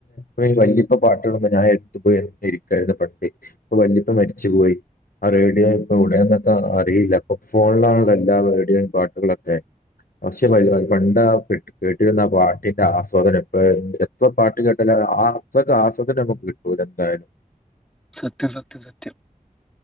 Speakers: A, on the left; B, in the centre.
A: അതിൽ വല്യപ്പ പാട്ടുകളൊന്ന് ഞാൻ എടുത്തുപോയി എ ഇരിക്കുന്ന പട്ടി അപ്പൊ വല്ലിപ്പ മരിച്ചുപോയി ആ റേഡിയോ ഇപ്പൊ എവിടെയാന്നൊക്കെ അറിയില്ല ഇപ്പൊ ഫോണിലാണല്ലോ എല്ലാ റേഡിയോയും പാട്ടുകളൊക്കെ അവഷ്യ ഭായി അത് ബണ്ട കേട്ട് കേട്ടിരുന്ന പാട്ടിന്റെ ആസ്വാദനം ഇപ്പഴെ ഉം എത്ര പാട്ട് കേട്ടാലും ആഹ് അത്രക്ക് ആസ്വാദനം നമ്മ കിട്ടൂല എന്തായാലും
B: സത്യം സത്യം സത്യം